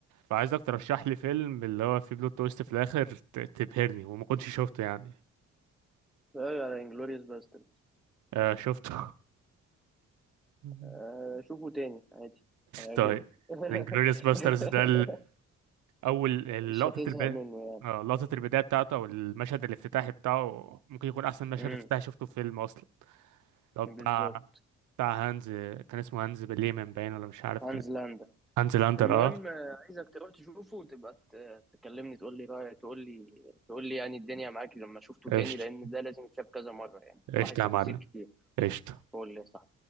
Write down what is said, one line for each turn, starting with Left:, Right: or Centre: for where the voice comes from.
Right: فعايزك ترشح لي فيلم اللي هو فيه بلوت تويست في الاخر ت- تبهرني وما كنتش شفته يعني
Centre: لا على انجلوريوس باسترد
Right: آه شفته <laughs>
Centre: آه شوفه تاني عادي هيعجبك
Right: طيب
Centre: <laughs>
Right: الانجلوريوس باسترز ده اول
Centre: مش
Right: لقطه
Centre: هتزهق
Right: البدايه
Centre: منه يعني
Right: اه لقطه البدايه بتاعته او المشهد الافتتاحي بتاعه ممكن يكون احسن مشهد
Centre: امم
Right: افتتاحي شفته في فيلم اصلا لو
Centre: بالظبط
Right: بتاع بتاع هانز كان اسمه هانز بليمن باين ولا مش عارف
Centre: هانز
Right: كان
Centre: لاندا
Right: هانز لاندر
Centre: المهم
Right: اه
Centre: آه، عايزك تروح تشوفه وتبقى ت- تكلمني تقول لي رايك تقول لي تقول لي يعني الدنيا معاك لما شفته
Right: قشطه
Centre: تاني لان ده لازم يتشاف كذا مره يعني
Right: قشطه
Centre: تلاحظ تفاصيل
Right: يا معلم
Centre: كتير
Right: قشطه
Centre: قول لي صح